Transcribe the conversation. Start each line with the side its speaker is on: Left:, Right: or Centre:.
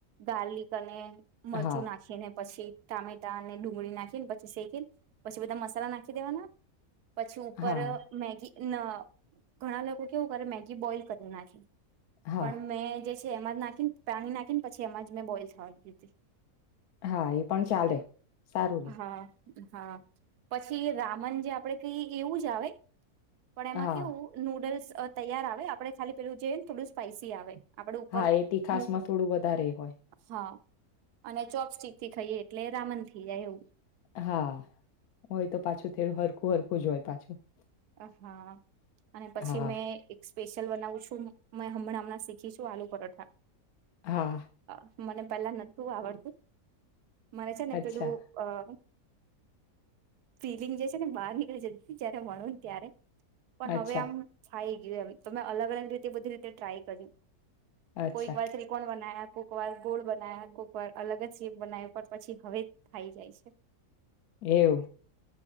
Right: ગાર્લિક અને મરચું
Left: હા
Right: નાખી ને પછી ટામેટા અને ડુંગળી નાખીને પછી શેકીને પછી બધા મસાલા નાખી દેવાના. પછી ઉપર
Left: હા
Right: મેગી ના ઘણા લોકો કેવું કરે મે બોઇલ કરીના છે.
Left: હા
Right: પણ મેં જે પછી એમાં જ નાખીને પાણી નાખીને પછી એમાં જ મેં બોઈલ થવાધી.
Left: હા એ પણ ચાલે. સારું
Right: હા
Left: રે.
Right: હા. પછી એ રામન જે આપડે કઈ એવું જ આવે પણ એમાં
Left: હા
Right: કેવું નુડલ્સ તૈયાર આવે આપડણે ખાલી પેલું જઈએ ને થોડું સ્પાઈસી આવે. આપડે ઉપર
Left: હા એથી ખાસમાં
Right: મૂક
Left: થોડું વધારે હોય.
Right: હા અને ચોપસ્ટિક થી ખાઈએ એટલે રામન થઈ જાય એવું.
Left: હા, હોય તો પાછું થડું હરખું હરખું જ હોય. પાછું
Right: આહા અને પછી
Left: હા
Right: મે એઝ સ્પેશિયલ બનાવું છું મે હમણાં હમણાં શીખીશું આલુ પરાઠા.
Left: હા
Right: આ મને પેલલા નતું આવડતું. મારે છે ને
Left: અચ્છા
Right: પેલું અહ ફિલિંગ જે છે ને બહાર નીકળી જતી ત્યારે મળું ત્યારે. પણ
Left: અચ્છા
Right: હવે આમ ફાઈ ગી આવી. તમે અલગ અલગ રીતે બધી રીતે ટ્રાય કરી
Left: અચ્છા
Right: કોઈક વાર ત્રીકોણ બનાયા કોક વાર ગોળ બના્યા કોક વાર અલગ જ ચીપ બનાવી પણ પછી હવે ફાઈ જાય છે.
Left: એવું